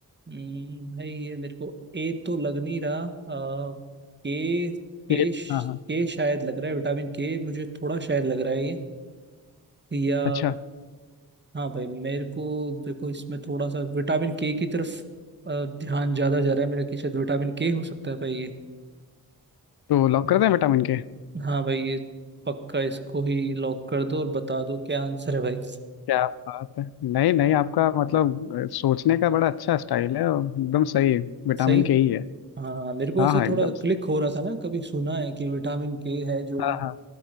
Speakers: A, on the right; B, on the left.
A: हम्म, भाई ये मेरे को ए तो लग नहीं रहा आ, के के
B: ये
A: श-
B: हाँ हाँ
A: के शायद लग रहा है विटामिन के मुझे थोड़ा शायद लग रहा है ये या
B: अच्छा
A: हाँ भाई मेरे को देखो इसमें थोड़ा सा विटामिन के की तरफ अ, ध्यान ज्यादा जा रहा है मेरा कि शायद विटामिन के हो सकता है भाई ये
B: तो लॉक कर दें विटामिन के
A: हाँ भाई ये पक्का इसको ही लॉक कर दो और बता दो क्या आंसर है भाई
B: क्या बात है नहीं नहीं आपका मतलब अ, सोचने का बड़ा अच्छा स्टाइल है और एकदम सही है विटामिन
A: सही
B: के ही है
A: हाँ मेरे को
B: हाँ
A: ऐसे
B: हाँ एकदम
A: थोड़ा
B: सही
A: क्लिक हो रहा था ना कभी सुना है कि विटामिन के है जो
B: हाँ हाँ